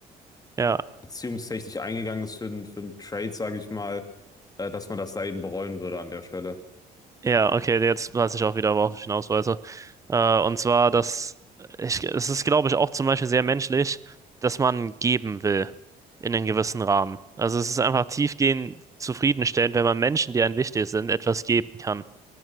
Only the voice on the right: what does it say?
Ja,
ja, okay. Jetzt weiß ich auch wieder, worauf ich hinaus wollte. Äh, und zwar, dass ich, es ist, glaube ich, auch zum Beispiel sehr menschlich, dass man geben will in einem gewissen Rahmen. Also es ist einfach tiefgehend zufriedenstellend, wenn man Menschen, die einem wichtig sind, etwas geben kann.